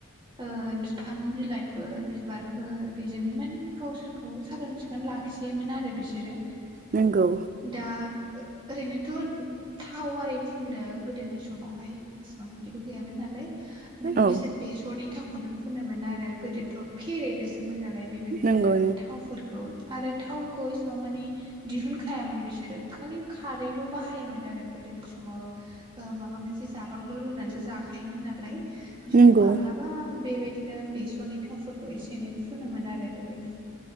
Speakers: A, on the right; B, on the right.
A: ओ बिफांनि बिलाइफोर बिबारफोर बेजोंनो माने गावसोरखौ साखोन- सिखोन लाखियोमोन आरो बिसोरो
B: नोंगौ
A: दा ओरैनोथ' थाव आरि फुननो गोदोनि समावहाय। इसिबां बिदिबो गैयामोन नालाय माने
B: औ
A: बिसोर बेसरनि थावखौनो फुनोमोन आरो गोदोथ' फेरेदोसो -मोन नालाय बेबायदिनो
B: नंगौ
A: थावफोरखौ आरो थावखौ एसेबां मानि दिहुनखायामोन बिसोरो खालि खारैल' बाहायोमोन आरो गोदोनि समाव। ओ माबा मोनसे जाबाबो रुनानैसो जाखायोमोन नालाय बिदिनो
B: नंगौ
A: माब्ला -बा बेबायदिनो बेसरनि थावफोरखौ एसे एनै फुनोमोन आरो बेबायदि